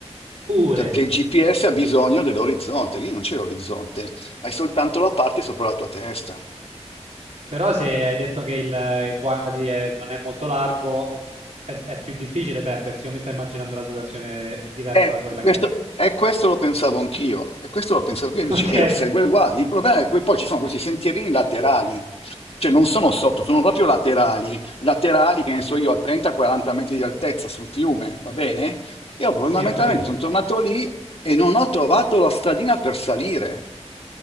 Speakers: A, on the right; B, on the left.
A: pure.
B: perché il GPS ha bisogno dell'orizzonte, lì non c'è l'orizzonte, hai soltanto la parte sopra la tua testa.
A: Però se hai detto che il, il Wadi è- non è molto largo, è, è più difficile perdersi. Io mi sto immaginando una situazione diversa
B: E
A: da quella
B: questo,
A: che è.
B: e questo lo pensavo anch'io, e questo lo pensavo anch'io,
A: <laughs>
B: dici, e io seguo il guardi, il problema è che poi ci sono questi sentierini
A: Ok?
B: laterali, cioè non sono sotto, sono proprio laterali, laterali che ne so io a 30-40 metri di altezza sul fiume, va bene? Io fondamentalmente
A: Sì, ho capito.
B: sono tornato lì e non ho trovato la stradina per salire.